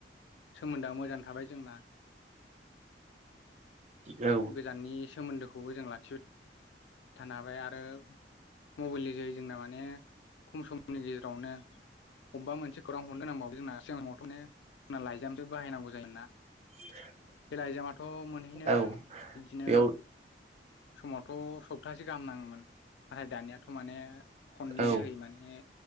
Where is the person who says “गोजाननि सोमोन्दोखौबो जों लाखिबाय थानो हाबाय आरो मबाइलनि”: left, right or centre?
Left